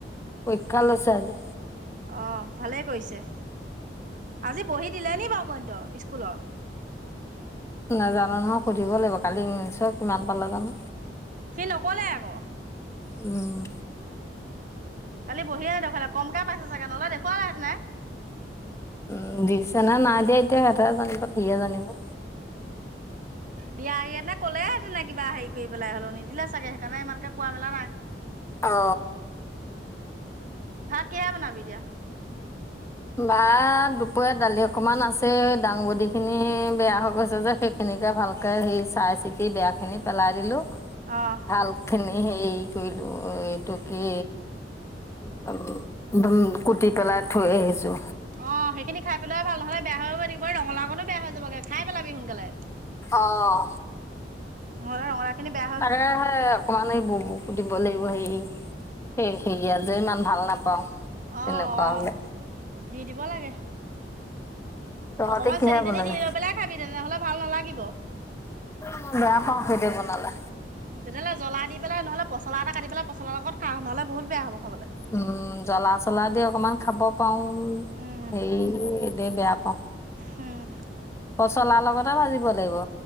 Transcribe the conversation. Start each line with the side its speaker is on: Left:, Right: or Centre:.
Left: পৰীক্ষা লৈছে আজি।
Right: অঁ ভালেই কৰিছে আজি বহী দিলে নি বাৰু গণিতৰ স্কুলৰ?
Left: নাজানো নহয় সুধিব লাগিব, কালি ইংলিছত কিমান পালে জানো!
Right: সি নক'লে আকৌ।
Left: উম।
Right: কালি বহিয়ে নেদেখুৱালে কমকে পাইছে চাগে, নহলে দেখুৱালে হেতেন নে।
Left: উম দিছে নে নাই দিয়ে এতিয়া সিহঁতেহে জানিব, সিহে জানিব। <inaudible>
Right: দিয়াহি হেতেন কলে হেতেন কিবা হেৰি কৰি পেলাই হলেও, নিদিলে চাগে সেইকাৰণে ইমানকে কোৱা মেলা নাই।
Left: অ।
Right: ভাত কিহেৰে বনাবি এতিয়া?
Left: বা দুপৰীয়া দালি অকমান আছে দাংবডী খিনি বেয়া হৈ গৈছে যে সেই সেখিনিকে ভালকে সেই চাই চিতি বেয়াখিনি পেলাই দিলোঁ
Right: অ'
Left: ভাল খিনি হেই কৰিলো এইটো কি <unintelligible> দম কুটি পেলাই থৈ আহিছো।
Right: অ সেইখিনি খাই পেলোৱাই ভাল নহলে বেয়া হৈ গৈ থাকিব এই ৰঙালাও কনো। বেয়া হৈ যাবাগে খাই পেলাবি সোনকালে,
Left: অঁ
Right: নহ'লে ৰঙালাও খিনি বেয়া হৈ
Left: এ হে অকমান এই বুবুক দিব লাগিব হেৰি এই হেই আ যে ইমান ভাল নাপাওঁ। তেনেকুৱা
Right: অ' অ'
Left: হ'লে
Right: দি দিব লাগে।
Left: তহঁতে
Right: অকনমান
Left: কিহে
Right: চেনি তেনি
Left: বনাবি?
Right: দি লৈ পেলাই খাবি, তেনেহলে ভাল নালাগিব।
Left: মই বেয়া পাওঁ সেইদে বনালে।
Right: তেতিয়াহলে জলা দি পেলাই নহ'লে পছলা এটা কাটি পেলাই পছলা লগত খা, নহ'লে বহুত বেয়া হব খাবলৈ।
Left: উম্ জ্বলা চলা দি অকমান খাব পাৰো।
Right: উম,
Left: হেৰি এদে বেয়া পাওঁ।
Right: ওম।
Left: পচলাৰ লগতে ভাজিব লাগিব।